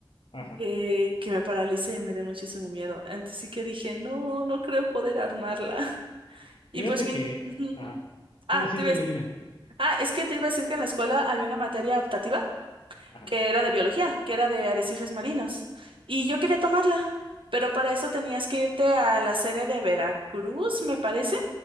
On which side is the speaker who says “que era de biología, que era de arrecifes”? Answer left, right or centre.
Right